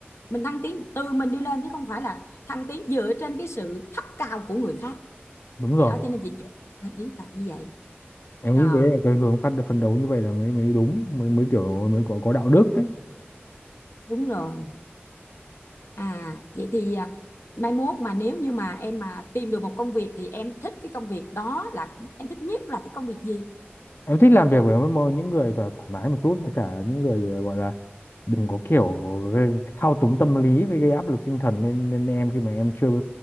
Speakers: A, on the left; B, on the left.
A: mình thăng tiến từ mình đi lên chứ không phải là thăng tiến dựa trên cái sự thấp cao của người khác
B: đúng rồi
A: đó cho nên chị chú ý là như vậy
B: em
A: à,
B: nghĩ thế là cái hướng phát phân đấu như vậy là mới mới đúng mới mới kiểu mới có có đạo đức đấy
A: đúng rồi À, vậy thì à, mai mốt mà nếu như mà em mà tìm được một công việc thì em thích cái công việc đó là em thích nhất là cái công việc gì?
B: em thích làm việc với một- những người thoải thoải mái một chút với cả những người ờ, gọi là đừng có kiểu gây- thao túng tâm lý với gây áp lực tinh thần lên lên em khi mà em chưa